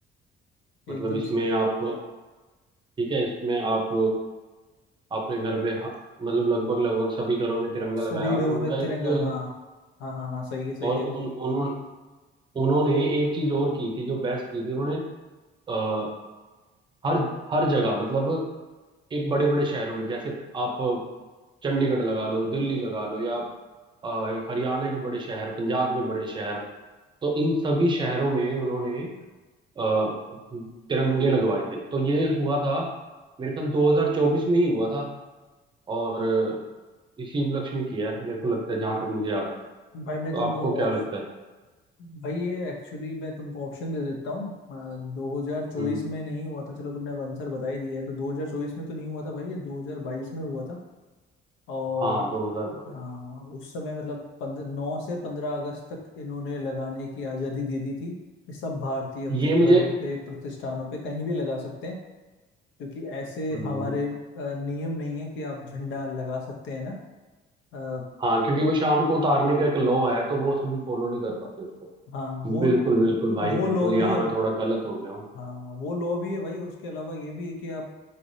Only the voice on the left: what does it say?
एकदम
स-
सभी
घरों
में तिरंगा
हाँ हाँ हाँ हाँ सही है सही
है
भाई मैं
तुमको
ऑप्श
भाई ये एक्चुअली मैं तुमको ऑप्शन दे देता हूँ दो हजार चौबीस
में नहीं हुआ था चलो तुमने अब आंसर बता ही दिया है तो दो हजार चौबीस में तो नहीं हुआ था भाई ये दो हजार बाईस में हुआ था और
हाँ उस समय मतलब पंद्रह नौ से पंद्रह अगस्त तक इन्होंने लगाने की आजादी दे दी थी कि सब भारतीय अपने
घरों
पे प्रतिष्ठानों पे कहीं भी लगा सकते हैं क्योंकि ऐसे
हमारे अ, नियम नहीं है कि आप झंडा लगा सकते हैं ना आ,
हाँ वो
वो
लॉ
भी है
हाँ वो लॉ भी है भाई और उसके अलावा ये भी है कि आप